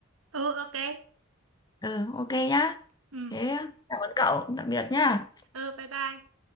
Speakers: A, on the right; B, on the left.
A: Ừ ok.
B: Ừ, ok nhá.
A: Ừ.
B: Thế cảm ơn cậu, tạm biệt nhá.
A: Ừ bye bye.